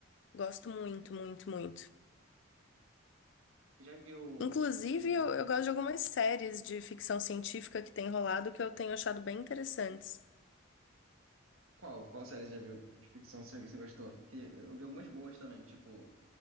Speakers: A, on the left (about 60°); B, on the right (about 85°).
A: Gosto muito, muito, muito.
B: Você Já viu.
A: Inclusive,
B: é,
A: eu, eu gosto de algumas séries de ficção científica que tem rolado que eu tenho achado bem interessantes.
B: Qual, qual série você já viu de ficção que você você gostou? Que Eu vi algumas boas também, tipo,